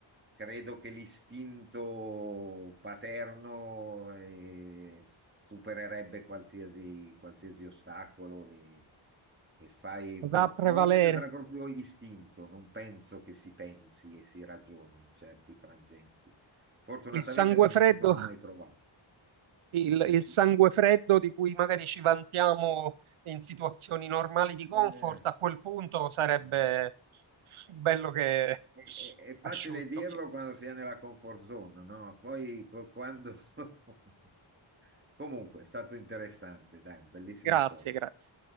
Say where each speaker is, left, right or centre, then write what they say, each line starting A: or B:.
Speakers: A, on the right (about 25°); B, on the right (about 85°).
A: credo che l'istinto paterno eh, supererebbe qualsiasi, qualsiasi ostacolo e, e fai, boh,
B: va a prevalere
A: probabilmente sarà proprio istinto, non penso che si pensi e si ragioni in certi frangenti. Fortunatamente
B: il sangue
A: non
B: freddo.
A: mi ci sono mai trovato,
B: il,
A: quindi
B: il sangue freddo di cui magari ci vantiamo in situazioni normali di comfort,
A: eh,
B: a quel punto sarebbe
A: mm,
B: bello che
A: È, è- è facile
B: asciutto.
A: dirlo quando si è nella comfort zone, no? Poi co- quando... <laughs> Comunque, è stato interessante, dai, un bellissimo
B: Grazie,
A: sonno.
B: grazie.